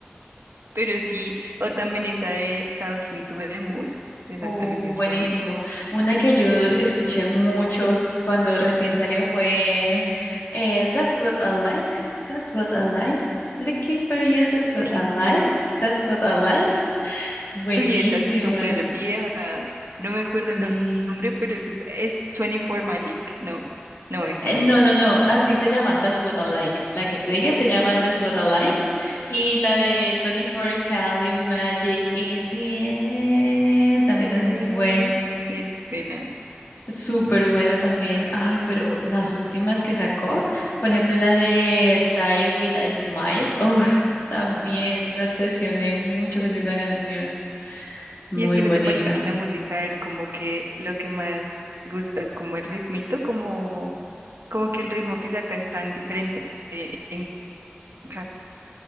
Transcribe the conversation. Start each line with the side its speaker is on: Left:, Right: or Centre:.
Right: Pero sí, o también esa de Talking to the Moon, esa
Left: Uh,
Right: también es
Left: buenísimo.
Right: buena.
Left: Una que yo escuché mucho cuando recién salió fue eh, That's what I like, that's what I like, looking for you, that's what
Right: Against
Left: I like,
Right: You.
Left: that's what I like. Buenísima.
Right: Uy, esa es súper vieja. No me acuerdo el
Left: Sí.
Right: no- nombre, pero es, sup- es 24 Magic. No, no, esa
Left: Eh,
Right: no
Left: no,
Right: es,
Left: no,
Right: creo.
Left: no, así se llama That's what I like. La que te dije se llama That's what I like. Y la de 24 Cali Magic in the Air también
Right: Eh,
Left: es muy buena.
Right: <laughs> sí, es pena.
Left: Súper buena también. Ay, pero las últimas que sacó, por ejemplo, la de Die With a Smile, oh, también me obsesioné mucho con esa canción. Muy
Right: Y es que
Left: bonita.
Right: no te parece que la música de él como que lo que más gusta es como el ritmito, como, como que el ritmo que saca es tan diferente en ca-